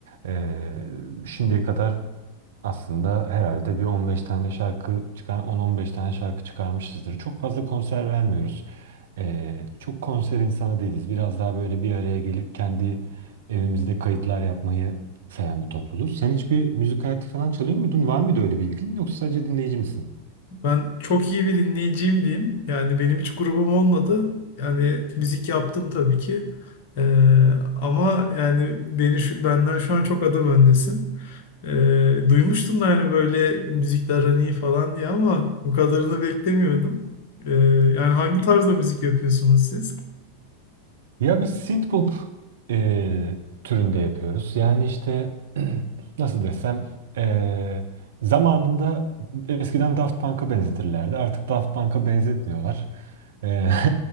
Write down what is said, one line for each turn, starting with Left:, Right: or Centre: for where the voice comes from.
Right: e, şimdiye kadar aslında herhalde bir 15 tane şarkı çıkar, 10-15 tane şarkı çıkarmışızdır. Çok fazla konser vermiyoruz. Ee, çok konser insanı değiliz. Biraz daha böyle bir araya gelip kendi evimizde kayıtlar yapmayı seven bir topluluğuz. Sen hiçbir müzik aleti falan çalıyor muydun? Var mıydı öyle bir ilgin? Yoksa sadece dinleyici misin?
Left: Ben çok iyi bir dinleyiciyim diyeyim. Yani benim hiç grubum olmadı. Yani müzik yaptım tabii ki. Ee, ama yani beni şu- benden şu an çok adım öndesin. Ee, duymuştum da yani böyle müzikle aran iyi falan diye ama bu kadarını beklemiyordum. Ee, yani hangi tarzda müzik yapıyorsunuz siz?
Right: Ya biz synthpop e, türünde yapıyoruz. Yani işte <clears throat> nasıl desem e, zamanında eskiden Daft Punk'a benzetirlerdi. Artık Daft Punk'a benzetmiyorlar. E,